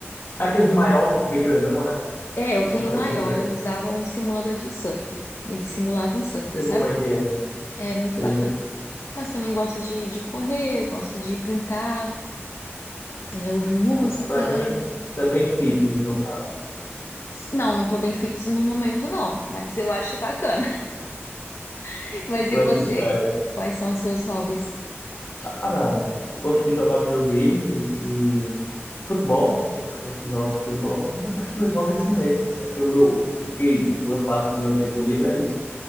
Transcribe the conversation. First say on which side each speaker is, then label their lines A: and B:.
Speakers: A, on the left; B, on the left.
A: é aquele maior, bem grandão, né?
B: É, eu
A: Que
B: tenho
A: tem uns que
B: um maior,
A: é bem grande.
B: eu usava um simulador de surf. Ele simulava um surf,
A: Não Sei
B: sabe?
A: como é que é.
B: É muito
A: Sei.
B: bacana. Mas também gosto de, de correr, gosto de pintar, é, ouvir música.
A: Ah, tu é bem, tu é bem fitness, no caso.
B: Não, não tô bem fitness no momento, não, mas eu acho bacana. <laughs> Mas e
A: Lifestyle.
B: você? Quais são os seus hobbies?
A: Cara, eu gosto de jogar videogame e futebol. Gosto muito de jogar futebol. Acho que meus hobbies são esses. Assim, o meu, o que, tipo, eu faço no meu tempo livre é isso.